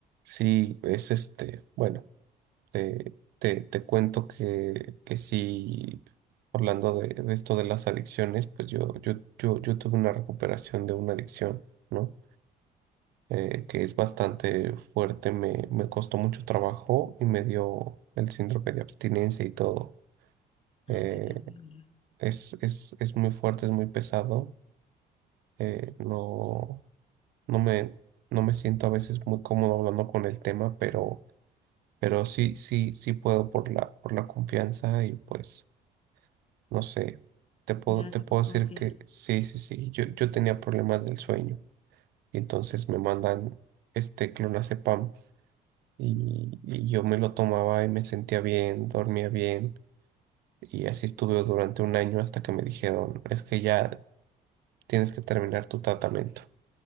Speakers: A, on the right; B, on the left.
A: Sí, es este, bueno, te, te, te cuento que, que sí, hablando de, de esto de las adicciones, pues yo, yo, yo, yo tuve una recuperación de una adicción, ¿no? Eh, que es bastante fuerte, me, me costó mucho trabajo y me dio el síndrome de abstinencia y todo. Eh,
B: Oh, qué terrible.
A: es, es, es muy fuerte, es muy pesado, eh, no, no me, no me siento a veces muy cómodo hablando con el tema, pero... pero sí, sí, sí puedo por la, por la confianza y pues, no sé, te puedo,
B: Gracias
A: te puedo
B: por
A: decir
B: confiar.
A: que sí, sí, sí, yo, yo tenía problemas del sueño y entonces me mandan este clonazepam y, y yo me lo tomaba y me sentía bien, dormía bien y así estuve durante un año hasta que me dijeron, es que ya tienes que terminar tu tratamiento.